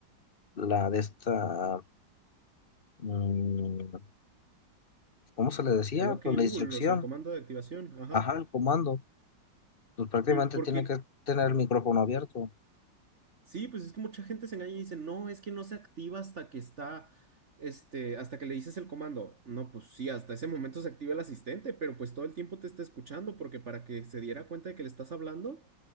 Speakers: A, on the left; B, on the right.
A: la de esta, mm, ¿cómo se le decía?
B: el OK
A: Pues la
B: Google,
A: instrucción,
B: o sea, el comando de activación, ajá.
A: ajá, el comando, pues prácticamente
B: Pe- Porque
A: tiene que tener el micrófono abierto,
B: sí, pues es que mucha gente se engaña y dice, no, es que no se activa hasta que está, este, hasta que le dices el comando. No, pues sí, hasta ese momento se activa el asistente, pero pues todo el tiempo te está escuchando porque para que se diera cuenta de que le estás hablando.